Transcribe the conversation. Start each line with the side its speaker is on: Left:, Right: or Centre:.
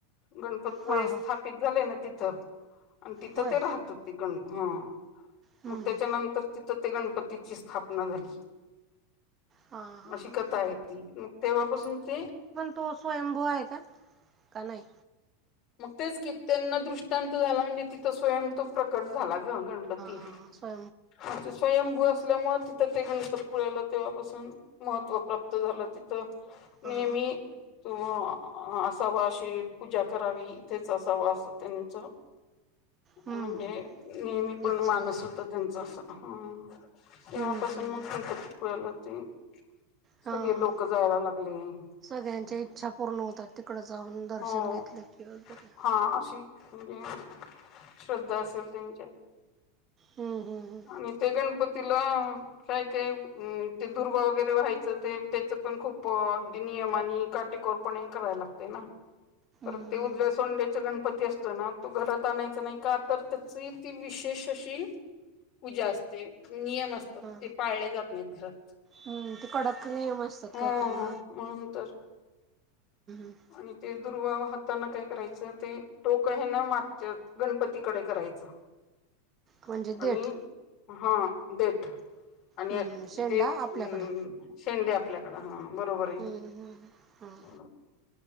Left: गणपतपुळे
Right: हां हां
Left: स्थाप झालं ना तिथ आणि तिथं
Right: होय
Left: ते राहता ते गण ह
Right: हं
Left: मग त्याच्यानंतर
Right: हं
Left: तिथं ते गणपतीची स्थापना झाली.
Right: हा, हा,
Left: अशी
Right: ह.
Left: कथा आहे मग तेव्हा पासून ते
Right: तो स्वयंभू आहेका का नाही?
Left: मग तेच की त्यांना दृष्टांत झाला म्हणजे तिथं स्वयं तो प्रकट झाला ग गणपती.
Right: ह.
Left: अच्छा स्वयंभू असल्यामुळे तर ते गणतपुळ्याला तेव्हापासून महत्त्व प्राप्त झालं तिथ.
Right: हां
Left: नेहमी तू असाव अशी पूजा करावी इथेच असा वास त्यांच म्हणजे.
Right: हं हं
Left: नेहमी पण
Right: इच्छा
Left: माणुस
Right: झाली
Left: होत त्यांच असा. हम्म, तेव्हापासून
Right: हं हं
Left: मग
Right: हं
Left: गणपतीपुळ्याला जाते.
Right: हां
Left: सगळे लोक जायला लागले.
Right: सगळ्यांच्या
Left: असं
Right: इच्छा पूर्ण होतात, तिकड जाऊन दर्शन
Left: हो
Right: घेतलं की वगैरे.
Left: हा अशी, म्हणजे श्रद्धा असेल त्यांच्या-
Right: हम्म हम्म
Left: आणि ते गणपतीला- काय-काय ते दुर्वा वगैरे व्हायचं, ते त्याचं पण खूप अगदी नियम आणि काटेकोर- पणे करायला लागते ना.
Right: हम्म हम्म
Left: परत ते उजव्या सोंड्याच गणपती असतो ना, तो घरात आणायच नाही का तर त्या- ती विशेष अशी- पूजा असते, नियम असतात,
Right: हम्म हा
Left: ते पाळले जात नाहीत घरात.
Right: हम्म ते कडक नाही मस्तात
Left: हो
Right: कायतरी म
Left: म्हणून तर
Right: <unintelligible>
Left: आणि ते दुर्वावाहताना काय करायचं, ते टोक हे ना मागते <unintelligible> गणपतीकडे करायचं.
Right: म्हणजे
Left: आणि
Right: देठ
Left: हा, देठ. आणि
Right: हम्म शेंडा
Left: ते <unintelligible>
Right: आपल्याकडं
Left: शेंडे आपल्याकडं हा बरोबर आहे
Right: हम्म हम्म हम्म हम्म
Left: बरोबर.